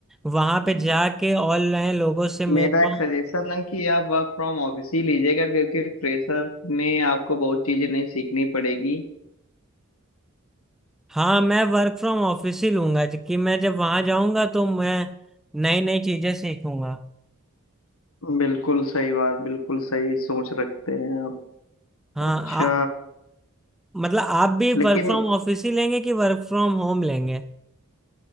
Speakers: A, in the centre; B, on the left.
A: वहां पे
B: है
A: जाके ऑनलाइन लोगों से मिल
B: मेरा
A: पाऊँ
B: एक सजेशन है कि आप वर्क फ्रॉम ऑफिस ही लीजिएगा क्योंकि फ्रेशर में आपको बहुत चीजें नहीं सीखनी पड़ेगी
A: हाँ मैं वर्क फ्रॉम ऑफिस ही लूंगा ज- कि मैं जब वहां जाऊंगा तो मैं नई नई चीजें सीखूंगा
B: बिल्कुल सही बात बिल्कुल सही सोच रखते हैं आप
A: हाँ
B: अच्छा
A: आ, मतलब आप भी
B: लेकिन
A: वर्क फ्रॉम ऑफिस ही लेंगे कि वर्क फ्रॉम होम लेंगे